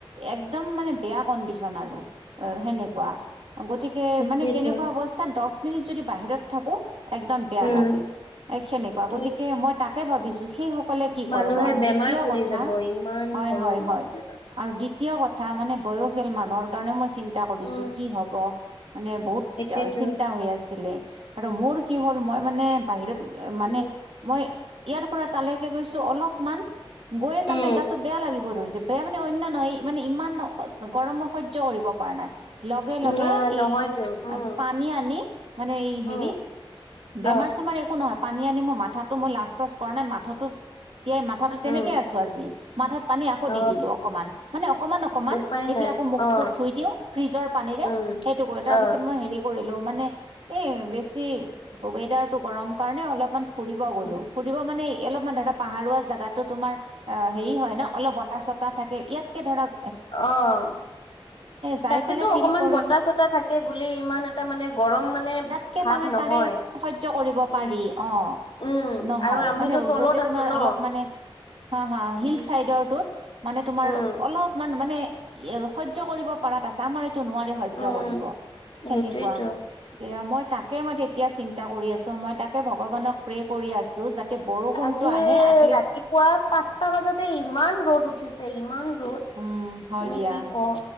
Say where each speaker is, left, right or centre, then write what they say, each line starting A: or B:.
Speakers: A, on the right; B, on the left.
A: একদম মানে বেয়া কণ্ডিচন আৰু সেনেকুৱা। গতিকে
B: সেইটোয়েতো
A: মানে কেনেকুৱা অৱস্থাত দহ মিনিট যদি বাহিৰত থাকো, একদম বেয়া
B: উম
A: লাগে। এ সেনেকুৱা
B: সেইটোৱে
A: গতিকে মই তাকে ভাবিছো সেই সকলে কি
B: মানুহে
A: কৰ আৰু
B: বেমাৰ
A: দ্বিতীয়
B: পৰি
A: কথা
B: যাব ইমান
A: হয়
B: গৰম
A: হয়
B: বাপৰে
A: হয়
B: বাপ।
A: আৰু দ্বিতীয় কথা মানে বয়সিয়াল মানুহৰ কাৰণে মই চিন্তা কৰিছো
B: উম
A: কি হব, মানে বহুত
B: সেইটোৱেতো
A: চিন্তা হৈ আছিলে আৰু মোৰ কি হ'ল মই মানে বাহিৰত মানে
B: উম।
A: মই ইয়াৰ পৰা তালৈকে গৈছো অলপমান গৈয়
B: উম
A: তাৰমানে গাটো বেয়া লাগিব ৰ বেয়া মানে অন্য নহয়, মানে ইমান গৰমত সহ্য কৰিব পৰা নাই। লগে -লগে
B: নাই নহয়তো
A: এই
B: উম
A: পানী আনি মানে এই হেৰি
B: উম
A: বেমাৰ-
B: অ
A: চেমাৰ একো নহয় পানী আনি মই মাথাতো মই লাজ- চাজ কৰা নাই মাথাটো তিয়াই মাথাটো তেনেকে
B: উম
A: আছো আজি মাথাত পানী আকৌ
B: অ।
A: দি দিলো অকমান, মানে অকমান -অকমান
B: উপায়
A: দি
B: নাই
A: পেলাই আকৌ মুখ-
B: অ
A: চুখ ধুই দিওঁ ফ্ৰিজৰ পানী <unintelligible>
B: উম
A: সেইটো কৰো। তাৰপিছত
B: অ
A: মই হেৰি কৰিলো মানে এই বেছি ৱেডাৰটো গৰম কাৰণে অলপমান ফুৰিব গ'লো
B: উম
A: ফুৰিব মানে অলপমান ধৰা পাহাৰোৱা জাগাতো তোমাৰ অ হেৰি হয় ন অলপ বতাহ -চতাহ থাকে, ইয়াতকৈ ধৰক
B: অহ
A: যাই
B: তাতেটো
A: পেলাই ফিল
B: অকমান
A: কৰিলো
B: বতাহ- চতাহ থাকে বুলি ইমান এটা মানে গৰম মানে
A: তাতকে
B: ভাৱ
A: তাৰমানে
B: নহয়।
A: তাৰে সহ্য কৰিব
B: উম
A: পাৰি অ',
B: উম
A: নহয়
B: আৰু আমিতো
A: মানে
B: তলত
A: যতে
B: আছো
A: তোমাৰ
B: ন
A: অলপ মানে হা -হা
B: উম
A: হিল চাইডৰটোত মানে তোমাৰ
B: উম
A: অলপমান মানে সহ্য কৰিব পাৰাত আছা আমাৰ এইটো নোৱাৰি
B: উম।
A: কৰিব সহ্য
B: সেইটোয়েতো
A: সেনেকুৱা দিয়া মই তাকে মই তেতিয়া চিন্তা কৰি আছো মই তাকে ভগৱানক প্ৰে কৰি আছো যাতে বৰষুণটো
B: আজি
A: আহে এটলিষ্ট
B: ৰাতিপুৱা পাঁচটা বাজাতে ইমান ৰ'দ উঠিছে ইমান ৰ'দ
A: উম হয়
B: মানে
A: দিয়া
B: কি কম